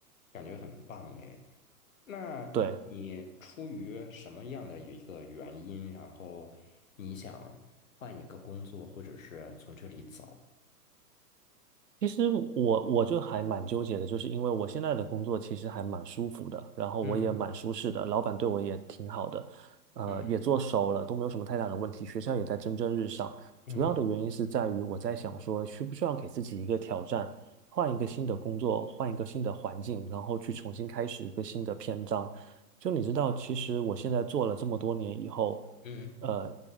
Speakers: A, on the left (about 55°); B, on the right (about 80°).
A: 感觉很棒哎。那你出于什么样的一个原因，
B: 对，
A: 然后你想换一个工作，或者是从这里走？
B: 其实我我就还蛮纠结的，就是因为我现在的工作其实还蛮舒服的，然后我也蛮舒适的，
A: 嗯
B: 老板对我也挺好的，呃，
A: 嗯
B: 也做熟了，都没有什么太大的问题，学校也在蒸蒸日上。
A: 嗯
B: 主要的原因是在于我在想说，需不需要给自己一个挑战，换一个新的工作，换一个新的环境，然后去重新开始一个新的篇章。就你知道，其实我现在做了这么多年以后，
A: 嗯，
B: 呃